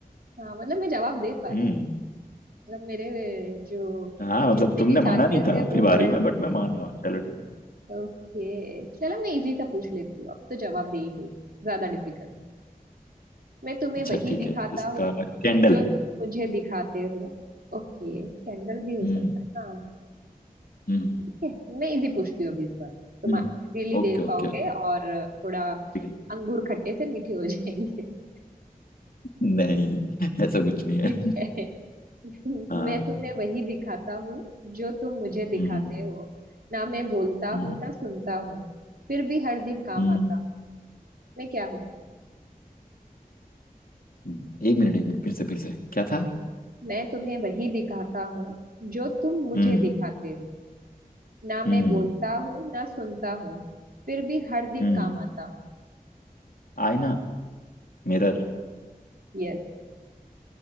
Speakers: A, on the right; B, on the left.
A: हूँ हाँ मतलब मैं जवाब दे पा
B: हम्म
A: रही हूँ मतलब मेरे जो
B: हाँ मतलब
A: जीतने
B: तुमने
A: के चांसेस
B: माना नहीं था
A: है
B: अपनी
A: वो
B: बारी
A: बढ़
B: में बट मैं मान रहा हूँ चलो ठीक है
A: रहे ओके चलो मैं इजी सा पूछ लेती हूँ अब तो जवाब दे ही दोगे ज्यादा डिफिकल्ट मैं तुम्हें
B: अच्छा
A: वही
B: ठीक
A: दिखाता
B: है इसका
A: हूँ
B: कैंडल
A: जो
B: है
A: तुम मुझे दिखाते हो ओके कैंडल भी हो
B: हम्म
A: सकता है हाँ
B: हम्म
A: ठीक है मैं इजी पूछती हूँ अभी इस बार
B: हम्म
A: तुम इजीली
B: हम्म। Okay
A: दे
B: okay
A: पाओगे
B: okay
A: और थोड़ा
B: ठीक है
A: अंगूर खट्टे से मीठे हो जाएंगे <laughs>
B: नहीं <laughs> ऐसा कुछ नहीं है
A: ठीक है मैं
B: हाँ
A: तुम्हें वही दिखाता हूँ जो तुम मुझे दिखाते
B: हम्म
A: हो ना मैं बोलता
B: हम्म
A: हूँ ना सुनता हूँ फिर भी हर दिन काम
B: हम्म
A: आता हूँ मैं क्या हूँ
B: हम्म। एक मिनट एक मिनट फिर से फिर से क्या था
A: मैं तुम्हें वही दिखाता हूँ जो तुम मुझे
B: हम्म
A: दिखाते हो ना मैं
B: हम्म
A: बोलता हूँ ना सुनता हूँ फिर भी हर दिन
B: हम्म
A: काम आता हूँ
B: आईना मिरर
A: यस